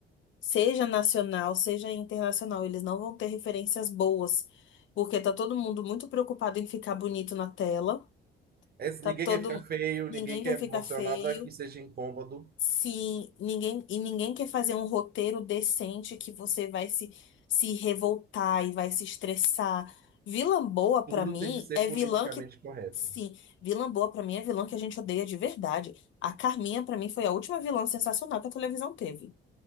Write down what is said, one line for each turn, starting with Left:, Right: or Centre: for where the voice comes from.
Left: seja nacional, seja internacional, eles não vão ter referências boas, porque tá todo mundo muito preocupado em ficar bonito na tela,
Right: É,
Left: tá
Right: ninguém
Left: todo
Right: quer ficar feio,
Left: ninguém
Right: ninguém quer
Left: quer ficar
Right: mostrar
Left: feio.
Right: nada que seja incômodo.
Left: Sim, ninguém, e ninguém quer fazer um roteiro decente que você vai se, se revoltar e vai se estressar. Vilã boa pra
Right: Tudo
Left: mim
Right: tem que ser
Left: é
Right: politicamente
Left: vilã que.
Right: correto.
Left: Sim, vilã boa pra mim é vilã que a gente odeia de verdade. A Carminha pra mim foi a última vilã sensacional que a televisão teve.